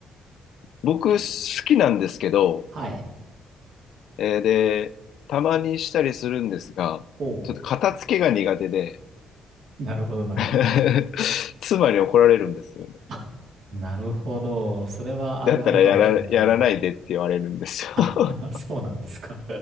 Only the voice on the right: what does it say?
はい。
おう。
<laughs> なるほど、なるほど。
<laughs> あなるほど。それはあるあるかもしれないですね。
<laughs> そうなんですか。